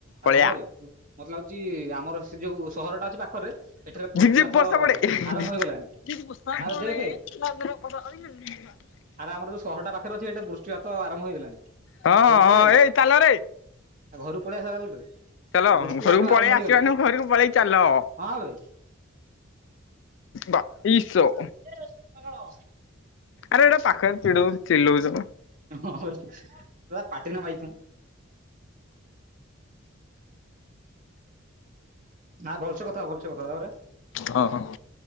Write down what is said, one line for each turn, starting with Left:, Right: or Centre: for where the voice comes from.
Right: ଆ
Left: ପଳେଆ।
Right: ହଁ ରେ ମତେ ଲାଗୁଚି ଆମର ସେ ଯୋଉ ସହରଟା ଅଛି ପାଖରେ ସେଠାରେ
Left: ଝିପ୍
Right: ବୃଷ୍ଟିପାତ
Left: ଝିପ୍ ବର୍ଷା ପଡେ
Right: ଆରମ୍ଭ ହେଇଗଲାଣି।
Left: <unintelligible>
Right: ଆରେ ଦେଖେ ଆରେ ଆମର ଯଉ ଶହର ଟା ପାଖରେ ଅଛି ସେଠି ବୃଷ୍ଟିପାତ ଆରମ୍ଭ ହେଇଗଲାଣି।
Left: ହଁ
Right: ଘରୁ
Left: ହଁ
Right: ପଳେଇବା କି
Left: ଏଇ ଚାଲରେ।
Right: <unintelligible>
Left: ଚାଲ
Right: ବୃଷ୍ଟିପାତ
Left: ଘରକୁ ପଳେଇ
Right: ଆରମ୍ଭ ହେଇଗଲାଣି
Left: ଆସିବା ନୁହଁ ଘରକୁ ପଳେଇ ଚାଲ।
Right: ହଁ ବେ।
Left: ବାଇସୋ।
Right: <unintelligible> ପାଗଳ।
Left: ଆରେ ଏଇଟା ପାଖରେ ଚିଡଉ ଚେଲଉଚ କଣ?
Right: ହଁ <unintelligible> ଆ ଭଲସେ କଥା ହ ଭଲସେ କଥା ହ ତାପରେ
Left: ହଁ।